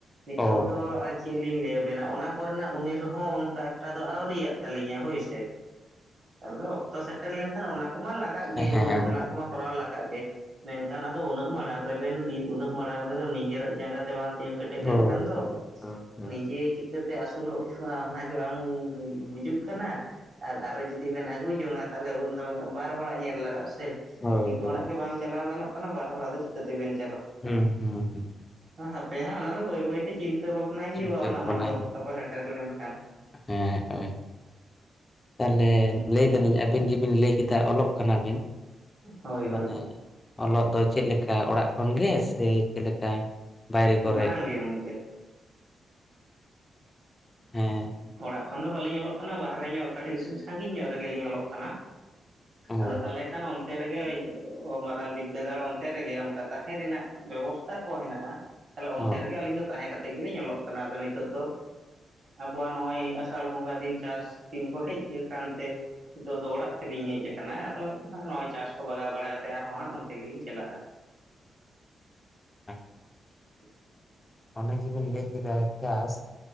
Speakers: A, on the right; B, on the left.
A: ᱱᱤᱛᱚᱜ
B: ᱚ
A: ᱫᱚ
B: ᱦᱮᱸ
A: ᱟᱨ ᱪᱮᱫ ᱞᱤᱧ ᱞᱟᱹᱭᱟ ᱵᱮᱱᱟᱜ ᱚᱱᱟ ᱠᱚᱨᱮᱱᱟᱜ ᱩᱢᱮᱨ ᱦᱚᱸ ᱚᱱᱠᱟ ᱮᱠᱴᱟ ᱫᱚ ᱟᱹᱣᱨᱤᱭᱟᱜ ᱛᱟᱹᱟᱞᱤᱧᱟᱸ ᱦᱳᱭᱥᱮ ᱦᱮᱞᱳᱻ ᱚᱠᱛᱚ ᱥᱮᱴᱮᱨ ᱞᱮᱱᱠᱷᱟᱱ ᱚᱱᱟ ᱠᱚᱢᱟ ᱞᱟᱜᱟᱜ ᱜᱮ ᱦᱳᱭ
B: ᱟᱪᱪᱷᱟ ᱦᱮᱸ
A: ᱚᱱᱟ ᱠᱚᱢᱟ ᱠᱚᱨᱟᱣ
B: ᱦᱮᱸ
A: ᱞᱟᱜ ᱠᱟᱜᱻᱜᱮ, ᱢᱮᱱᱠᱷᱟᱱ ᱟᱫᱚ ᱩᱱᱟᱹᱜ ᱢᱟᱲᱟᱝ ᱨᱮᱵᱮᱱ ᱩᱱᱟᱹᱜ ᱢᱟᱲᱟᱝ ᱨᱮᱫᱚ ᱱᱤᱡᱮᱨᱟᱜ ᱡᱟᱸᱜᱟ ᱛᱮ ᱵᱟᱝ ᱠᱮᱴᱮᱡ ᱞᱮᱱᱠᱷᱟᱱ
B: ᱦᱳᱭ
A: ᱫᱚ
B: ᱦᱳᱭ ᱦᱳᱭ ᱦᱳᱭ
A: ᱱᱤᱡᱮ ᱪᱤᱠᱟᱹᱛᱮ ᱟᱹᱥᱩᱞᱚᱜ ᱦᱩᱭᱩᱜᱼᱟ ᱚᱱᱟ ᱜᱮ ᱵᱟᱝ ᱵᱩᱡᱩᱜ ᱠᱟᱱᱟ ᱟᱨ ᱟᱨᱚ ᱡᱩᱫᱤ ᱵᱮᱱ ᱟᱹᱜᱩ ᱡᱚᱝᱻᱟ ᱛᱟᱦᱚᱞᱮ ᱩᱸᱱᱫᱚ ᱵᱟᱨ ᱦᱚᱲᱟᱜ ᱧᱮᱸᱞ ᱞᱟᱜᱟᱜᱼᱟ ᱥᱮ
B: ᱦᱳᱭ
A: ᱢᱤᱫ ᱦᱚᱲᱟᱜ
B: ᱦᱳᱭ
A: ᱜᱮ ᱵᱟᱝ ᱪᱟᱞᱟᱣ ᱜᱟᱱᱚᱜ ᱠᱟᱱᱟ ᱵᱟᱨ ᱦᱚᱲᱟᱜ ᱫᱚ ᱪᱤᱠᱟᱹᱛᱮ ᱵᱮᱱ
B: ᱦᱩᱸ ᱦᱩᱸ ᱦᱩᱸ
A: ᱦᱟᱯᱮ ᱦᱟᱸ ᱚᱱᱟ ᱫᱚ ᱵᱟᱹᱭ ᱵᱟᱹᱭᱛᱮ ᱪᱤᱱᱛᱟᱹ ᱵᱷᱟᱵᱽᱱᱟᱭ ᱦᱩᱭᱩᱜᱼᱟ
B: ᱪᱤᱱᱛᱟᱹ
A: ᱚᱱᱟ ᱦᱚᱸ
B: ᱵᱷᱟᱵᱱᱟᱭ
A: ᱟᱫᱚ ᱚᱠᱛᱚ ᱠᱚ ᱥᱮᱴᱮᱨ ᱞᱮᱱᱠᱷᱟᱱ
B: ᱦᱮᱸ ᱦᱳᱭ ᱛᱟᱦᱚᱞᱮ
A: ᱦᱮᱸ
B: ᱞᱟᱹᱭ ᱫᱟᱞᱤᱧ
A: ᱛᱚ
B: ᱟᱹᱵᱤᱱ ᱡᱮᱵᱤᱱ ᱞᱟᱹᱭ ᱠᱮᱫᱟ ᱚᱞᱚᱜ ᱠᱟᱱᱟ ᱵᱤᱱ
A: ᱦᱳᱭ ᱦᱳᱭ
B: ᱢᱟᱱᱮ ᱚᱞᱚᱜ ᱫᱚ ᱪᱮᱫ ᱞᱮᱠᱟ ᱚᱲᱟᱜ ᱠᱷᱚᱱ ᱜᱮ ᱥᱮ ᱪᱮᱫ ᱞᱮᱠᱟ ᱵᱟᱭᱨᱮ ᱠᱚᱨᱮ
A: ᱵᱟᱝ ᱜᱮ ᱜᱚᱝᱠᱮ
B: ᱦᱮᱸ
A: ᱚᱲᱟᱜ ᱠᱷᱚᱱ ᱫᱚ ᱵᱟᱹᱞᱤᱧ ᱚᱞᱚᱜ ᱠᱟᱱᱟ ᱵᱟᱦᱨᱮ ᱧᱚᱜ ᱠᱟᱹᱴᱤᱡ ᱥᱮᱫ ᱥᱟᱺᱜᱤᱧ ᱧᱚᱜ ᱨᱮᱜᱮᱞᱤᱧ ᱚᱞᱚᱜ ᱠᱟᱱᱟ
B: ᱚ
A: ᱟᱫᱚ ᱛᱟᱞᱮ ᱠᱷᱟᱱ ᱚᱱ ᱚᱱᱛᱮ ᱨᱮᱜᱮ ᱢᱟᱨᱟᱝ ᱵᱤᱫᱽᱫᱟᱹᱜᱟᱲ ᱚᱱᱛᱮ ᱨᱮᱜᱮ ᱚᱱᱠᱟ ᱛᱟᱦᱮᱸ ᱨᱮᱱᱟᱜ ᱵᱮᱵᱚᱥᱛᱟ ᱠᱚ ᱦᱮᱱᱟᱜᱼᱟ ᱛᱟᱦᱚᱞᱮ ᱚᱱᱛᱮ
B: ᱚ
A: ᱨᱮᱜᱮ ᱟᱹᱞᱤᱧ ᱫᱚ ᱛᱟᱦᱮᱸ ᱠᱟᱛᱮᱫ ᱜᱮᱞᱤᱧ ᱚᱞᱚᱜ ᱠᱟᱱᱟ ᱟᱫᱚ ᱱᱤᱛᱚᱜ ᱫᱚ ᱟᱵᱚᱣᱟᱜ ᱱᱚᱜᱼᱚᱭ ᱟᱥᱟᱲ ᱵᱚᱸᱜᱟ ᱫᱤᱱ ᱪᱟᱥ ᱫᱤᱱ ᱠᱚ ᱦᱮᱡ ᱟᱠᱟᱱᱛᱮ ᱱᱤᱛᱚᱜ ᱫᱚ ᱚᱲᱟᱜ ᱛᱮᱞᱤᱧ ᱦᱮᱡ ᱟᱠᱟᱱᱟ ᱟᱫᱚ ᱱᱚᱜᱼᱚᱭ ᱪᱟᱥ ᱠᱚ ᱵᱟᱜᱟᱣ ᱵᱟᱲᱟ ᱠᱟᱛᱮᱫ ᱟᱨᱦᱚᱸ ᱦᱟᱸᱜ ᱚᱱᱛᱮ ᱜᱮᱞᱤᱧ ᱪᱟᱞᱟᱜᱼᱟ <inaudible>
B: <unintelligible>
A: <unintelligible>
B: ᱚᱱᱟ ᱡᱤᱵᱤᱱ ᱞᱟᱹᱭ ᱠᱮᱫᱟ ᱪᱟᱥ